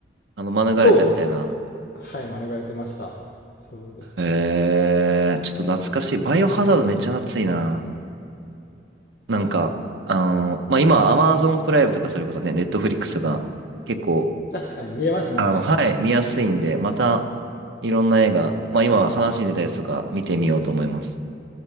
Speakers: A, on the right; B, on the left.
A: あの、免れたみたいな。
B: そう。はい、免れてました。そうですね。
A: へえー、ちょっと懐かしい。バイオハザードめっちゃ懐いな。なんか、あの、まあ、今、アマゾンプライムとかそれこそね、ネットフリックスとか、結構、
B: 確かに見れますもんね。
A: あの、はい、見やすいんで、また、いろんな映画、まあ、今話に出たやつとか見てみようと思います。